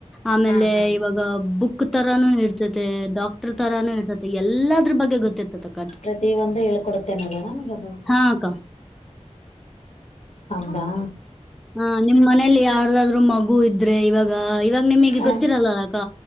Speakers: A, in the centre; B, on the left (about 65°).
A: ಆಮೇಲೆ
B: ಹಾ ಹಾ
A: ಇವಾಗ ಬುಕ್ ತರಾನೂ ಹೇಳ್ತತೆ ಡಾಕ್ಟರ್ ತರಾನು ಹೇರ್ತತಿ ಎಲ್ಲದ್ರ ಬಗ್ಗೆ ಗೊತ್ತಿರ್ತತ ಕ
B: ಪ್ರತಿಯ ಒಂದು ಹೇಳ್ಕೊಡುತ್ತೇನಲ್ಲ ನಮಗದು
A: ಹಾ ಅಕ್ಕ
B: ಹೌದಾ
A: ಹಾ ನಿಮ್ ಮನೇಲಿ ಯಾವ ಯಾದ್ರರು ಮಗು ಇದ್ರೆ ಇವಾಗ ಇವಾಗ ನಿಮಗೆ
B: ಹ
A: ಗೊತ್ತಿರಲ್ಲಲ್ಲಕ್ಕ